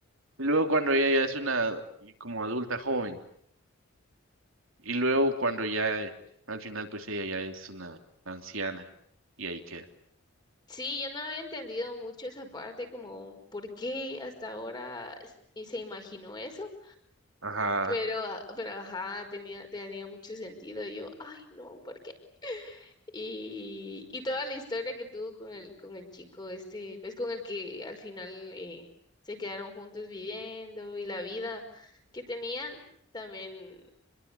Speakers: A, on the right (about 70°); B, on the left (about 20°).
A: luego cuando ella ya es una eh, como adulta joven. Y luego cuando ya eh, al final pues ella ya es una anciana. Y ahí queda.
B: Sí, yo no había entendido mucho esa parte, como por qué hasta ahora es- y se imaginó eso,
A: Ajá.
B: pero, ah, pero ajá, tenía, tenía mucho sentido. y yo, ay, no, ¿por qué? Y, y toda la historia que tuvo con el, con el chico este, pues con el que al final eh, se quedaron juntos viviendo y la vida que tenían también,